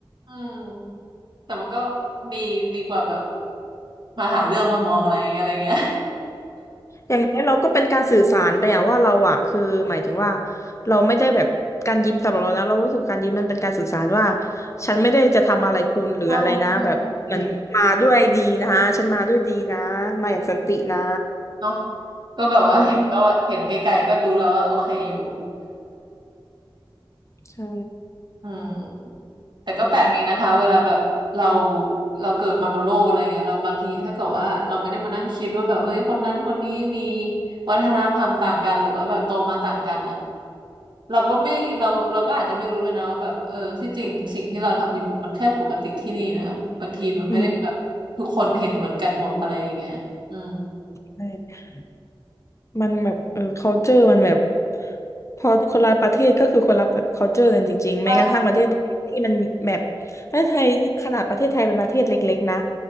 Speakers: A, on the right; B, on the left.
A: อืมแต่มันก็ดีดีกว่าแบบมาหาเรื่องว่ามองอะไรอะไรเงี้ย
B: อย่างน้อยเราก็เป็นการสื่อสารไปอะว่าเราอะคือหมายถึงว่าเราไม่ได้แบบการยิ้มสำหรับเรานะเรารู้สึกการยิ้มมันเป็นการสื่อสารว่าฉันไม่ได้จะทำอะไรคุณหรืออะไรนะแบบเหมือนมาด้วยดีนะฉันมาด้วยดีนะมาอย่างสันตินะ
A: ใช่ใช่จริงเนาะก็แบบว่าเห็นก็ว่าเห็นไกลๆก็รู้แล้วว่าโอเคอยู่
B: อืมอืมใช่
A: อืมแต่ก็แปลกดีนะคะเวลาแบบเรา
B: โอ้
A: เราเกิดมาบนโลกอะไรเงี้ยเราบางทีถ้าเกิดว่าเราไม่ได้มานั่งคิดว่าแบบเฮ้ยคนนั้นคนนี้มีวัฒนธรรมต่างกันหรือว่าแบบโตมาต่างกันอ่ะเราก็ไม่เราเราก็อาจจะไม่รู้เลยนะว่าแบบเออที่จริงสิ่งที่เราทำอยู่มันแค่ปกติที่นี่นะบางทีมันไม่ได้แบบทุกคนเห็นเหมือนกันหมดอะไรอย่างเงี้ยอืม
B: อืมใช่มันแบบเออ culture มันแบบพอคนละประเทศก็คือคนละ culture กันจริงๆแม้กระทั่งประเทศไทยที่มันแบบประเทศไทยนี่ขนาดประเทศไทยเป็นประเทศเล็กๆนะ
A: ใช่